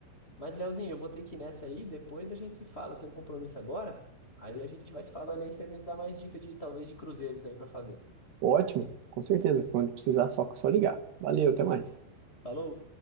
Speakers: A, on the left (about 85°); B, on the right (about 65°).
A: Mas, Leozinho, eu vou ter que ir nessa aí, depois a gente se fala, eu tenho um compromisso agora. Aí a gente vai se falando aí, você me dá mais dica de talvez de cruzeiros aí pra fazer.
B: Ótimo, com certeza. Quando precisar, só, só ligar. Valeu, até mais.
A: Falou!